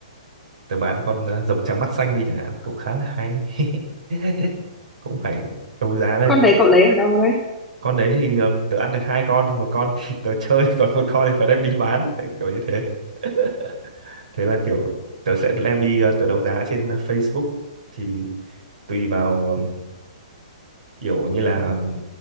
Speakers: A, on the right (about 75°); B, in the centre.
A: tớ bán con ờ, rồng trắng mắt xanh đi chẳng hạn cũng khá là hay <laughs> cũng phải đấu giá lên
B: Con
A: cũng
B: đấy cậu lấy ở đâu đấy?
A: con đấy thì ừm, tớ ăn được hai con thì một con thì tớ chơi <laughs> còn một con thì tớ đem đi bán kiểu như thế <laughs> thế là kiểu tớ sẽ đem đi ờ, tớ đấu giá trên ờ, Facebook thì tùy vào ừm, kiểu như là ừm,